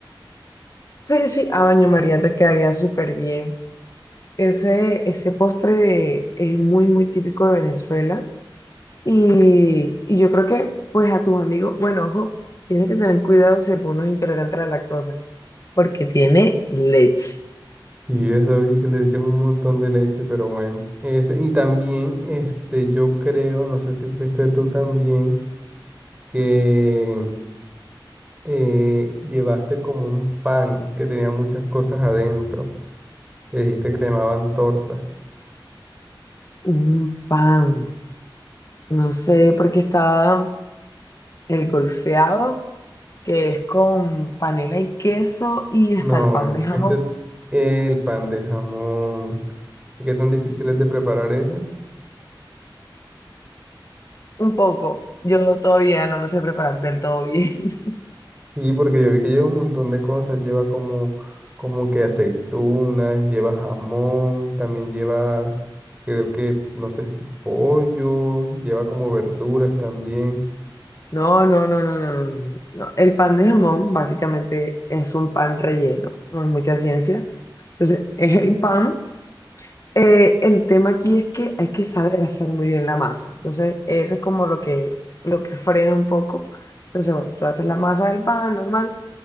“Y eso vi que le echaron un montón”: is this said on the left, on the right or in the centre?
Right